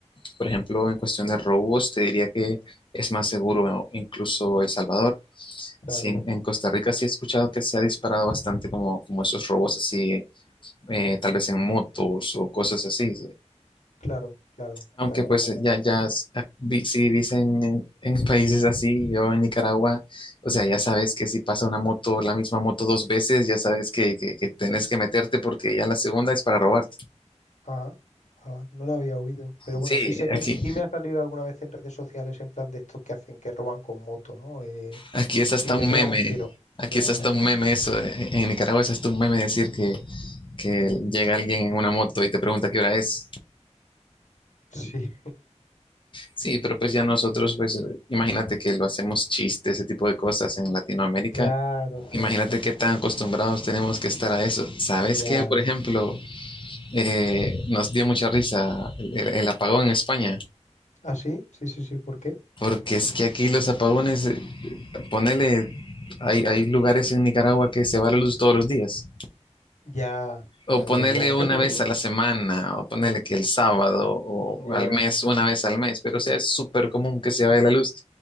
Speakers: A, on the left; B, on the left.
A: por ejemplo, en cuestión de robos, te diría que es más seguro incluso El Salvador.
B: Claro,
A: Sí, en, en Costa Rica sí he escuchado que se ha disparado bastante como, como esos robos así, eh, tal vez en motos o cosas así. sí.
B: claro, claro,
A: Aunque
B: claro,
A: pues
B: claro.
A: eh, ya, ya, s- ah, vi- si dicen en, en- <laughs> países así, yo en Nicaragua, o sea, ya sabes que si pasa una moto, la misma moto dos veces, ya sabes que, que, que tenés que meterte porque ya la segunda es para robarte.
B: Ajá, ajá, no lo había oído. Pero bueno,
A: Sí,
B: sí sé,
A: aquí,
B: sí me ha salido alguna vez en redes sociales en plan de estos que hacen, que roban con moto, ¿no? Eh,
A: aquí es hasta
B: sí,
A: un
B: te pegan
A: meme,
B: un tiro.
A: aquí
B: Ya,
A: es hasta
B: ya.
A: un
B: <laughs>
A: meme eso, eh, en Nicaragua es hasta un meme decir que, que llega alguien en una moto y te pregunta qué hora es.
B: Sí,
A: Sí, pero pues ya nosotros, pues eh, imagínate que lo hacemos chiste, ese tipo de cosas en Latinoamérica.
B: claro, claro,
A: Imagínate
B: claro.
A: qué tan acostumbrados tenemos que estar a eso. ¿Sabes
B: Ya.
A: qué? Por ejemplo, eh, nos dio mucha risa el, el- el apagón en España,
B: ¿Ah, sí? Sí, sí, sí, ¿por qué?
A: porque es que aquí los apagones, eh, ponele, hay, hay lugares en Nicaragua que se va la luz todos los días,
B: Ya,
A: o
B: ya,
A: ponele
B: ya, ya. <laughs>
A: una vez a la semana, o ponele que el sábado, o
B: Ya,
A: al mes, una vez al mes, pero o sea, es súper común que se vaya la luz.